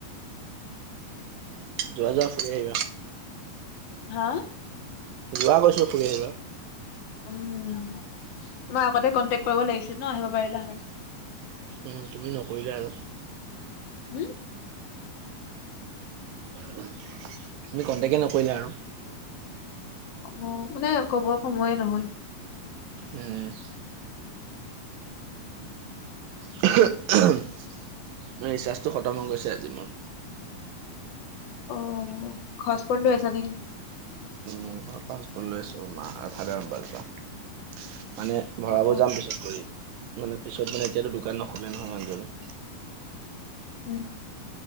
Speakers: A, on the right (about 80°); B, on the left (about 85°).
A: যোৱা- যোৱা ফুৰি আহিবা।
B: হা?
A: যোৱা কৈছো ফুৰি আহিবা।
B: উম, তোমাক আগতে কণ্টেক্ট কৰিব লাগিছিল ন' আহিব পাৰিলা হয়।
A: উম, তুমি নকৰিলা আৰু।
B: উম?
A: তুমি কন্টেকে নকৰিলা আৰু।
B: অ, মানে ক'ব সময়ে নহয়।
A: উম, <unintelligible> <unintelligible> মানে ৰিচাৰ্জটো খতম হৈ গৈছে আজি মোৰ।
B: অ, ঘচপট লৈ আছা নেকি?
A: উম, ঘৰৰ পাছ <unintelligible> লৈ আছো মা ফাদাৰৰ মবাইলৰ পৰা মানে ভৰাব
B: অ অ
A: যাম পিছত কৰি মানে পিছত মানে এতিয়াতো দোকান নোখোলে নহয় মানুহজনে।
B: হম।